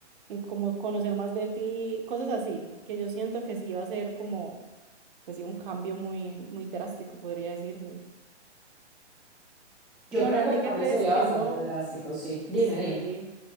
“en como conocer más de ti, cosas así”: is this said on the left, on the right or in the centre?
Right